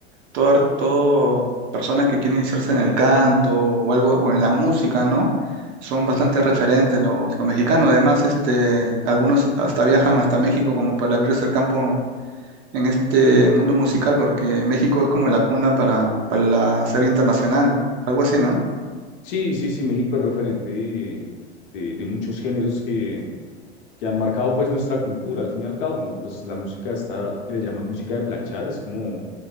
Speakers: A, on the right; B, on the left.
A: toda, toda persona que quiere iniciarse en el canto o algo, o en la música, ¿no? Son bastante referentes los, los mexicanos. Además, este, algunos hasta viajan hasta México como para abrirse el campo en este mundo musical, porque México es como la cuna para, para la ser internacional, algo así, ¿no?
B: Sí, sí, sí, México es referente de, de- de muchos géneros que, que han marcado pues nuestra cultura al fin y al cabo, ¿no? Pues la música está, que le llaman música de planchar, es como,